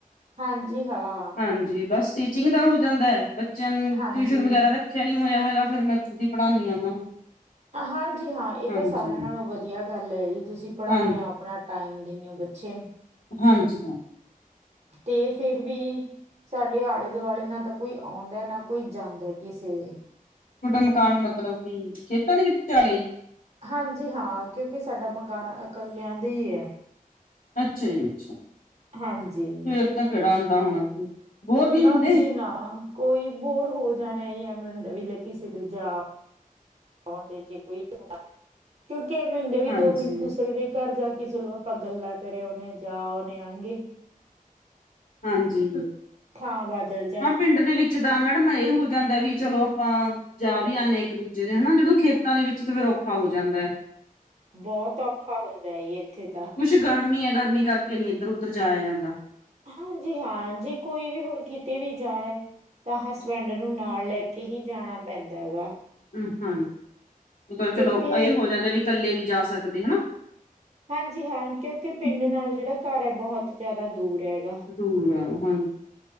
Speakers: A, on the right (about 45°); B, on the left (about 90°).
A: ਹਾਂਜੀ ਹਾਂ
B: ਹਾਂਜੀ ਬਸ ਟੀਚਿੰਗ ਦਾ ਹੋ ਜਾਂਦਾ ਐ, ਬੱਚੇਆਂ ਨੂੰ
A: ਹਾਂਜੀ
B: ਟਿਊਸ਼ਨ ਵਗੈਰਾ ਰੱਖ ਖਿਆ ਨੀ ਹੋਇਆ ਹੈਗਾ, ਫੇਰ ਮੈਂ, ਖੁਦ ਈ ਪੜ੍ਹਾਂਨੀ ਆਂ ਓਨਾਂ ਨੂੰ।
A: ਹਾਂਜੀ ਹਾਂ, ਏ ਤਾਂ
B: ਹਾਂਜੀ
A: ਸਾਰੇਆਂ ਨਾਲੋਂ ਵਧੀਆ ਗੱਲ ਐ, ਜੀ ਤੁਸੀਂ ਪੜਾਉਨੇਂ
B: ਹਾਂ
A: ਓ ਆਪਣਾ ਟਾਈਮ ਦਿੰਨੇ ਓ, ਬੱਚੇ ਨੂੰ।
B: ਹਾਂਜੀ ਹਾਂ।
A: ਤੇ ਫੇਰ ਵੀ ਸਾਡੇ ਆਲ਼ੇ-ਦੁਆਲ਼ੇ ਨਾਂ ਤਾਂ ਕੋਈ ਆਉਂਦਾ, ਨਾਂ ਕੋਈ ਜਾਂਦਾ ਕਿਸੇ ਦੇ।
B: ਥੋਡਾ ਮਕਾਨ ਮਤਲਬ, ਵੀ ਖੇਤਾਂ ਦੇ ਵਿੱਚ ਆ ਗਿਆ ਜੀ।
A: ਹਾਂਜੀ ਹਾਂ, ਕਿਉਂਕਿ ਸਾਡਾ ਮਕਾਨ ਇਕੱਲਿਆਂ ਦੇ ਈ ਐ।
B: ਅੱਛਾ ਜੀ ਅੱਛਾ,
A: ਹਾਂਜੀ
B: ਫੇਰ ਤਾਂ ਕੇੜਾ ਆਂਦਾ ਹੋਣਾ ਜੀ। ਬੋਰ ਨਹੀਂ
A: ਨਾਂਜੀ
B: ਹੁੰਦੇ
A: ਨਾਂ, ਕੋਈ ਬੋਰ ਹੋ ਜਾਣੇ ਆਂ ਜੀ, ਐਵੇਂ ਹੁੰਦਾ ਵੀ ਲੈ ਕਿਸੇ ਤੇ ਜਾ ਆਂਦੇ ਜੇ ਕੋਈ, <unintelligible> ਕਿਉਂਕਿ ਬੰਦੇ ਵੀ
B: ਹਾਂਜੀ
A: ਦੋ ਮਿੰਟ ਦੂਸਰੇ ਦੇ ਘਰ ਜਾ ਕੇ ਚਲੋ ਆਪਾਂ ਗੱਲਾਂ ਕਰੇ ਆਉਨੇ ਆਂ ਜਾ ਆਉਨੇ ਆਂਗੇ।
B: ਹਾਂਜੀ।
A: ਥਾਂ ਬਾਦਲ
B: ਹਾਂ ਪਿੰਡ ਦੇ ਵਿੱਚ ਦਾ ਮੈਡਮ ਇਹ ਹੋ ਜਾਂਦਾ ਵੀ ਚਲੋ ਆਪਾਂ, ਜਾ ਵੀ ਆਨੇ ਆਂ ਇੱਕ-ਦੂਜੇ ਦੇ ਹਨਾਂ ਜਦੋਂ ਖੇਤ ਖੇਤਾਂ ਦੇ ਵਿੱਚ ਤੇ ਫ਼ੇਰ ਔਖਾ ਹੋ ਜਾਂਦੈ।
A: ਬੋਤ ਔਖਾ ਹੁੰਦਾ ਜੀ ਏਥੇ ਤਾਂ।
B: ਕੁਛ ਗਰਮੀ ਐ ਗਰਮੀ ਕਰ ਕੇ ਨੀਂ ਇੱਧਰ-ਉੱਧਰ ਜਾਇਆ ਜਾਂਦਾ।
A: ਹਾਂਜੀ ਹਾਂ ਜੇ ਕੋਈ ਵੀ ਹੁਣ ਕਿਤੇ ਵੀ ਜਾਣਾ, ਤਾਂ ਹਸਬੈਂਡ ਨੂੰ ਨਾਲ ਲੈ ਕੇ ਹੀ ਜਾਣਾ ਪੈਂਦਾ ਗਾ।
B: ਮ, ਹਾਂ,
A: ਕਿਉਂਕਿ
B: ਚਲੋ ਇਹ ਹੋ ਜਾਂਦਾ ਵੀ ਕੱਲੇ ਨਹੀਂ ਜਾ ਸਕਦੇ ਹਨਾਂ।
A: ਹਾਂਜੀ ਹਾਂ ਕਿਉਂਕਿ ਪਿੰਡ
B: ਹੂੰ
A: ਨਾਲੋਂ ਜਿਹੜਾ ਘਰ ਐ, ਬਹੁਤ ਜ਼ਿਆਦਾ ਦੂਰ ਹੈਗਾ।
B: ਦੂਰ ਆ ਹਾਂਜੀ।